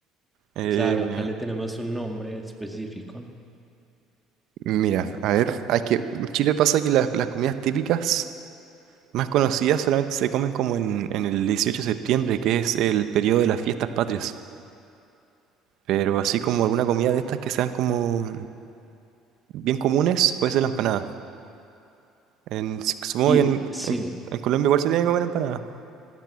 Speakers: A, on the right; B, in the centre.
A: Eh,
B: Claro, acá le tenemos un nombre específico.
A: mira, a ver, hay que. En Chile pasa que las, las comidas típicas más conocidas solamente se comen como en, en el 18 de septiembre, que es el periodo de las fiestas patrias. Pero así como alguna comida de estas que sean como. bien comunes puede ser la empanada. En, si, supongo
B: Y
A: que en,
B: sí.
A: en- en Colombia igual se tiene que comer empanada.